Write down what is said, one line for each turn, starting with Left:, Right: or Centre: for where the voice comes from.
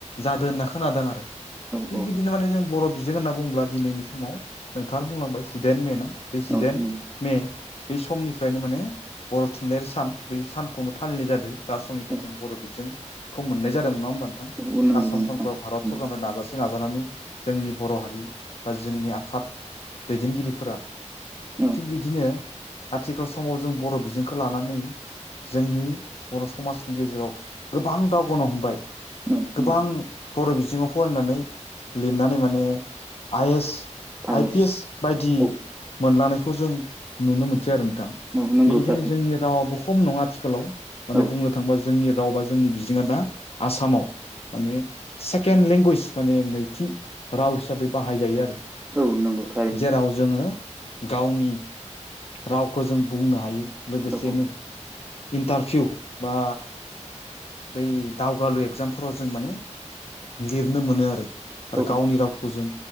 Left: जादों होनना खोनादों आरो
Right: औ
Left: थिग
Right: औ
Left: बिदिनो माने जों बर' बिजों होनना बुङोब्ला दिनैनि समाव नोंथाङा बुंलांबाय जिडाइन मे ना बे जिडाइन
Right: औ नंगौ
Left: मे बे समनिफ्रायनो माने बर' थुनलाइयारि सान बे सानखौनो फालिनाय जादों जा समनिफ्राय
Right: औ
Left: जों बर' बिजोंखौ मोननाय जादोंमोन नङा होमबा नोंथां
Right: औ नंगौ
Left: आसाम
Right: नोंथां
Left: सरकारा
Right: नंगौ।
Left: भारत सरकारनिफ्राय नाजासि नाजानानै जोंनि बर' हारि बा जोंनि आफाद दैदेनगिरिफोरा
Right: औ
Left: थिग बिदिनो आथिखाल समाव जों बर' बिजोंखौ लानानै जोंनि बर' समाजनि गेजेराव गोबां दावगानो हमबाय
Right: औ
Left: गोबां
Right: नंगौ
Left: बर' बिजोङाव फरायनानै लिरनानै माने आइ एस
Right: पायेस
Left: आइ पि एस बायदि
Right: औ
Left: मोनलांनायखौ जों नुनो मोनसै आरो नोंथां।
Right: औ नंगौ
Left: बेनिखायनो
Right: थारैनो
Left: जोंनि रावाबो खम नङा आथिखालाव माने
Right: औ
Left: बुंनो थाङोबा जोंनि रावबा जोंनि बिजोङा दा आसामाव माने सेक केेन लेंगुवेज माने नैथि राव हिसाबै बाहायजायो आरो
Right: औ नंगौ थारैनो
Left: जेराव जोङो गावनि रावखौ जों बुंनो हायो लोगोसेनो
Right: औ
Left: इन्टारभिउ बा बै दावगालु एगजामफोराव जों माने लिरनो मोनो आरो आरो
Right: औ
Left: गावनि
Right: औ
Left: राव खौ जों